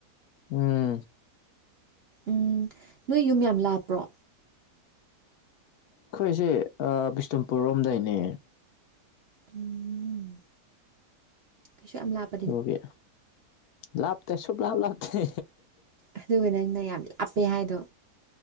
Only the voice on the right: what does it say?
ꯎꯝ ꯅꯣꯏ ꯌꯨꯝ ꯌꯥꯝ ꯂꯥꯞꯄ꯭ꯔꯣ
ꯎꯝ ꯏꯁꯨ ꯌꯥꯝ ꯂꯥꯞ
ꯑꯗꯨꯒ ꯅꯪꯅ ꯌꯥꯝ ꯂꯥꯞꯄꯦ ꯍꯥꯏꯗꯣ